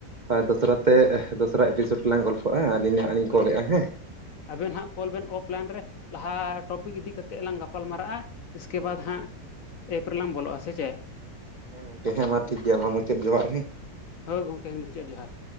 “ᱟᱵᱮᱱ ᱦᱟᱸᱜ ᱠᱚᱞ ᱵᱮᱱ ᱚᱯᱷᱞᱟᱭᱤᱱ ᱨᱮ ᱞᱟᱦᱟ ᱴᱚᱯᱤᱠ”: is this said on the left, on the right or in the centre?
Left